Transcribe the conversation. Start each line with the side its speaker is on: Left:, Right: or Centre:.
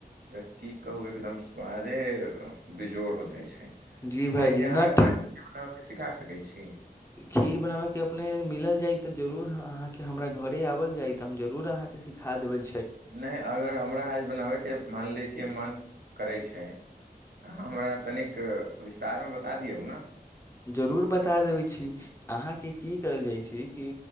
Right: तऽ की कहू एकदम स्वादे बेजोड़ हो जाइ छै
Left: जी
Right: भायजी
Left: भाइजी
Right: अहाँ
Left: नट्ठा
Right: हमरा के खीर बनाबे के सिखा सकै छी
Left: खीर बनाबय के अपने मिलल जाय तऽ जरूर अहाँके हमरा घरे आबल जाय तऽ हम जरूर अहाँके सिखा देबल
Right: नहि अगर हमरा आज बनाबयके मान ले छियै मन करै छै अहाँ हमरा तनिक विस्तार मे बता दियौ न
Left: जरूर बता देबै छी अहाँके की करल जाइ छै कि